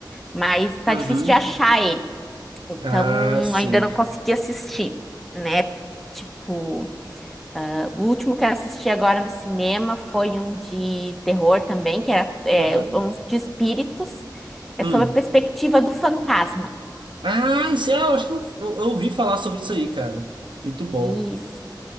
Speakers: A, in the centre; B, on the right.
A: Mas tá
B: Uhum.
A: difícil de achar ele, então
B: Ah, sim.
A: ainda não consegui assistir, né? Tipo, ah, o último que eu assisti agora no cinema foi um de terror também, que era é,
B: Aham.
A: um de espíritos, é
B: Hum.
A: sobre a perspectiva do fantasma.
B: Ah, isso é, eu acho que eu, eu, eu ouvi falar sobre isso aí, cara. Muito bom.
A: Isso.